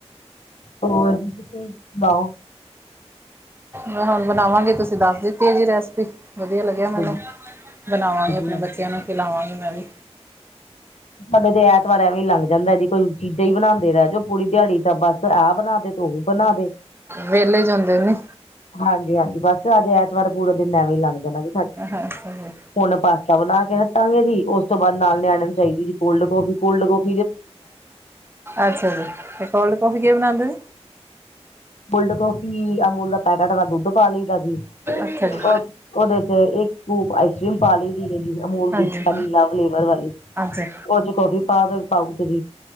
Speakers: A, on the left; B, on the right.
A: ਹੋਰ ਤੁਸੀਂ ਸੁਣਾਓ?
B: ਮੈਂ ਹੁਨ ਬਣਾਵਾਂਗੀ ਤੁਸੀਂ ਦੱਸ ਦਿੱਤੀ ਆ ਜੀ ਰੈਸਿਪੀ। ਵਧੀਆ ਲੱਗਿਆ ਮੈਨੂੰ
A: ਹਾਂਜੀ
B: ਬਣਾਵਾਂਗੀ ਆਪਣੇ
A: ਹਾਂਜੀ
B: ਬੱਚਿਆਂ ਨੂੰ ਖਿਲਾਵਾਂਗੀ ਮੈਂ ਵੀ
A: ਸਾਡੇ ਤੇ ਐਤਵਾਰ ਐਵੇਂ ਲੰਘ ਜਾਂਦਾ ਜੀ ਕੋਈ ਚੀਜ਼ਾਂ ਈ ਬਣਾਂਦੇ ਰੈ ਜੋ ਪੂਰੀ ਦਿਹਾੜੀ ਤਾਂ ਬਸ ਆਹ ਬਣਾ ਦੇ ਓ ਬਣਾ ਦੇ।
B: ਵਿਹਲੇ ਜੇ ਹੁੰਦੇ ਨੇ।
A: ਹਾਂਜੀ ਹਾਂਜੀ, ਬਸ ਅੱਜ ਐਤਵਾਰ ਪੂਰਾ ਦਿਨ ਐਵੇਂ ਈ ਲੰਗ ਜਾਣਾ ਜੀ।
B: ਹਾਂ ਅੱਛਾ ਜੀ।
A: ਹੁਨ ਪਾਸਤਾ ਬਣਾ ਕੇ ਹਟਾਂਗੇ ਜੀ ਉਸ ਤੋਂ ਬਾਅਦ ਨਾਲ ਨਿਆਣਿਆ ਨੂੰ ਚਾਹੀਦੀ ਜੀ ਕੋਲਡ ਕਾਫੀ ਕੋਲਡ ਕਾਫੀ
B: ਅੱਛਾ ਜੀ ਤੇ ਕੋਲਡ ਕੌਫੀ ਕਿਵੇ ਬਣਾਂਦੇ ਓ ਜੀ।
A: ਕੋਲਡ ਕੌਫੀ ਅਮੂਲ ਦਾ ਪੈਕੇਟ ਦਾ ਦੁੱਧ ਪਾ ਲਈਦਾ ਜੀ।
B: ਅੱਛਾ ਜੀ।
A: ਓਦੇ ਓਦੇ ਚ ਇੱਕ ਸਕੂਪ ਆਈਸ ਕਰ੍ਰੀਮ ਪਾ ਲਈ <unintelligible> ਅਮੂਲ
B: ਹਾਂਜੀ
A: ਦੀ ਪਨੀਲਾ ਫਲੇਵਰ ਵਾਲੀ।
B: ਹਾਂਜੀ
A: ਓ ਚ ਕੋਫੀ ਪਾਂਦੋ ਪਾਊਚ ਜੀ।